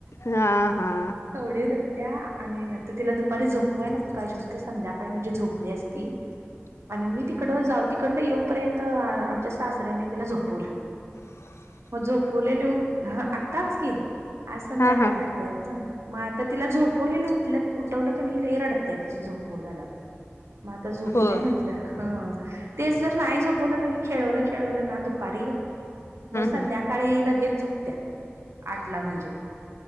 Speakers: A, on the left (about 85°); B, on the right (about 80°).
A: हा हा
B: एवढी रडत्या आणि तिला दुपारी झोपवाय नको पाहिजे हूत संध्याकाळी म्हजे झोपली असती. आणि मी तिकड जा तिकडडं येऊपर्यंत आमच्या सासऱ्यांनी तिला झोपवलं.
A: <inaudible>
B: म झोपवलेली उट, हा आत्ताच की आज संध्याकाळी
A: हा हा
B: हळदेत ना. म आता तिला झोपवलेलं उटल्या उठवलं का नाही लय रडत्या तिची झोपमोड झाल्यावर. मग आता झोपू
A: हो
B: दे
A: हम्म
B: म्हंटलं हा आ तेच जर नाही झोपवलं की नाही खेळवलं खेळवलं ना दुपारी मग संध्याकाळी
A: हम्म
B: ळी लगेच झोपत्या आठला म्हणजे